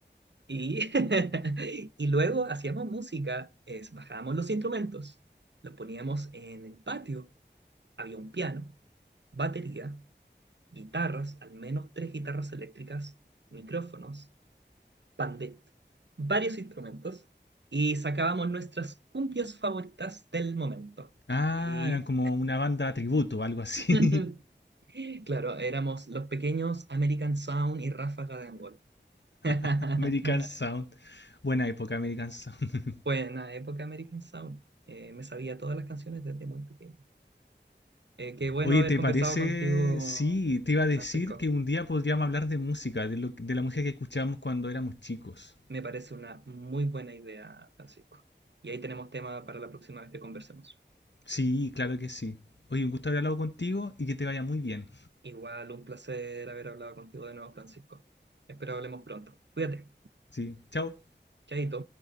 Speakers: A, on the right (about 70°); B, on the left (about 70°).
A: Y, <laughs> y luego hacíamos música, es, bajábamos los instrumentos, los poníamos en el patio, había un piano, batería, guitarras, al menos tres guitarras eléctricas, micrófonos, pandet, varios instrumentos, y sacábamos nuestras cumbias favoritas del momento.
B: Ah,
A: Y
B: eran como una banda tributo, algo así.
A: <laughs> Claro, éramos los pequeños American Sound y Ráfaga de Angol. <laughs>
B: <laughs> American Sound. Buena época, American Sound.
A: Fue en la época American Sound. Eh, me sabía todas las canciones desde muy pequeño. Eh, qué bueno
B: Oye,
A: haber
B: ¿te
A: conversado
B: parece?
A: contigo,
B: Sí, te iba a decir
A: Francisco.
B: que un día podríamos hablar de música, de, lo- de la música que escuchábamos cuando éramos chicos.
A: Me parece una muy buena idea, Francisco. Y ahí tenemos tema para la próxima vez que conversemos.
B: Sí, claro que sí. Oye, un gusto haber hablado contigo y que te vaya muy bien.
A: Igual un placer haber hablado contigo de nuevo, Francisco. Espero hablemos pronto. Cuídate.
B: Sí, chao.
A: Chaito.